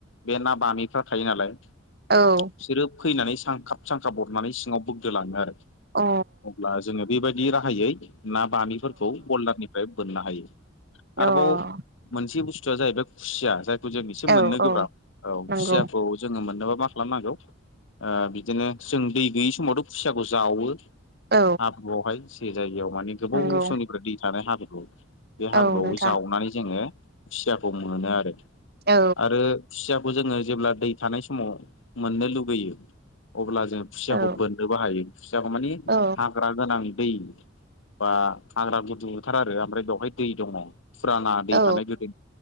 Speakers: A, on the left (about 80°); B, on the right (about 55°).
A: बे ना बामिफ्रा थायो नालाय। बिसोरो
B: औ अ
A: फैनानै सांखाब- सांखाब अरनानै सिङाव बोग्दोलाङो आरो।
B: अ।
A: अब्ला जोङो बेबायदि राहायै ना बामिफोरखौ बल्दारनिफ्राय बोननो हायो। आरोबाव
B: औ अ
A: मोनसे बुसथुआ जाहैबाय खुसिया। जाय <unintelligible> जों इसे
B: औ
A: मोननो
B: औ
A: गोब्राब। औ
B: नंगौ
A: खुसियाखौ जोङो मोननोबा मा खालामनांगौ, ओ बिदिनो जों दै गैयि समावथ' खुसियाखौ जावो।
B: औ
A: हाब्रुआवहाय से जायगायाव माने गोबाव
B: नंगौ
A: समनिफ्राय दै थानाय हाब्रु बे हाब्रुआव
B: औ नोंथां
A: जावनानै जोङो खुसियाखौ मोनो आरो।
B: औ
A: आरो खुसियाखौ जोङो जेब्ला दै थानाय समाव मोननो लुबैयो। अब्ला जों खुसियाखौ
B: औ
A: बोननोबो हायो। खुसियाखौ माने
B: औ
A: हाग्रा गोनां दै बा हाग्रा गुदु थार आरो ओमफ्राय बेवहाय दै दङ, फुराना दै
B: औ
A: थानाय गोदो